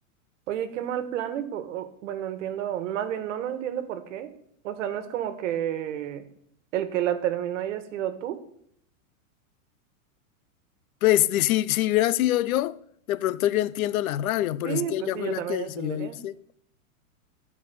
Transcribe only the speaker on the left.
Pues de- si, si hubiera sido yo, de pronto yo entiendo la rabia, pero
es que ella
fue
la
que decidió
irse.